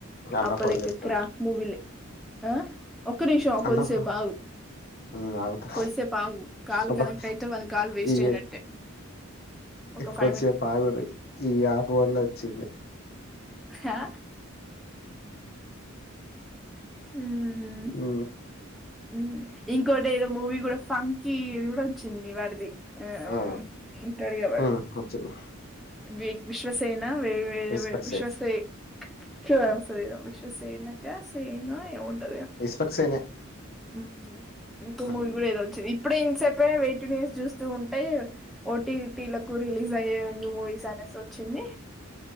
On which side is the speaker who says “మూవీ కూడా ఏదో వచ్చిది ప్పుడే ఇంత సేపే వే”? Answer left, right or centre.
Centre